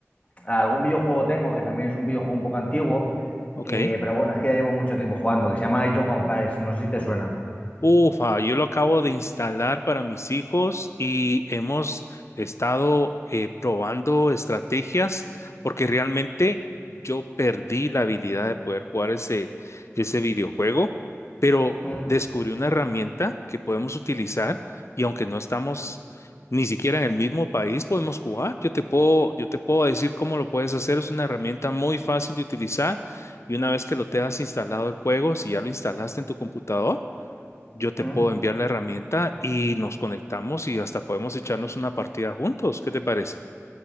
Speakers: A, on the left; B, on the left.
A: algún videojuego tengo que también es un videojuego un poco antiguo,
B: ok.
A: que, pero bueno, es que ya llevo mucho tiempo jugando, que se llama Age of Empires, no sé si te suena.
B: Ufa, yo lo acabo de instalar para mis hijos y hemos estado eh, probando estrategias porque realmente yo perdí la habilidad de poder jugar ese, ese videojuego, pero
A: Mm,
B: descubrí una herramienta que podemos utilizar y aunque no estamos ni siquiera en el mismo país, podemos jugar. Yo te puedo, yo te puedo decir cómo lo puedes hacer. Es una herramienta muy fácil de utilizar y una vez que lo tengas instalado el juego, si ya lo instalaste en tu computador, yo te
A: mm.
B: puedo enviar la herramienta y nos conectamos y hasta podemos echarnos una partida juntos. ¿Qué te parece?